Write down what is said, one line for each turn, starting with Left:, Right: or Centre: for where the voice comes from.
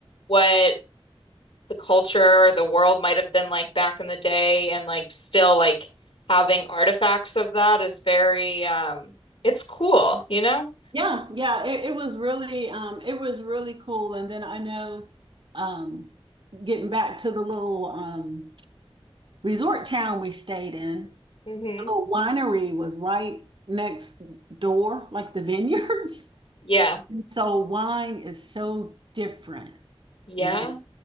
Left: what the culture, the world might have been like back in the day and like still like having artifacts of that is very um it's cool, you know?
Right: Yeah, yeah. It, it was really um it was really cool. And then I know um getting back to the little um resort town we stayed in,
Left: hmm
Right: the little winery was right next door, like the vineyards. <laughs>
Left: Yeah.
Right: And so wine is so different
Left: Yeah.
Right: than